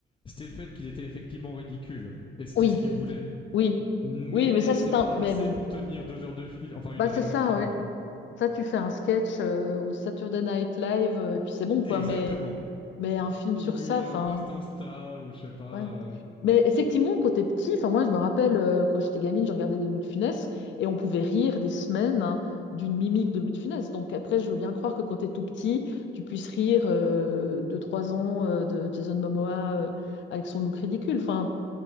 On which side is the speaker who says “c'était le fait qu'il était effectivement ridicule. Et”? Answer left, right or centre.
Left